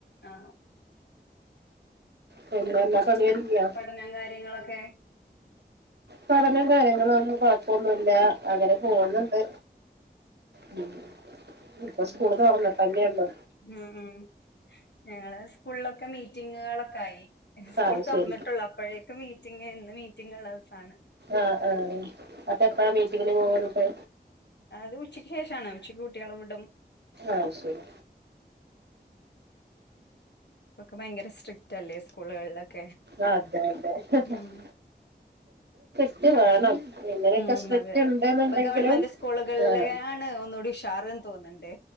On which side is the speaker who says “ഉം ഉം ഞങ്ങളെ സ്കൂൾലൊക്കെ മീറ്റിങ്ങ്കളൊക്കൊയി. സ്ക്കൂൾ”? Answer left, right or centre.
Left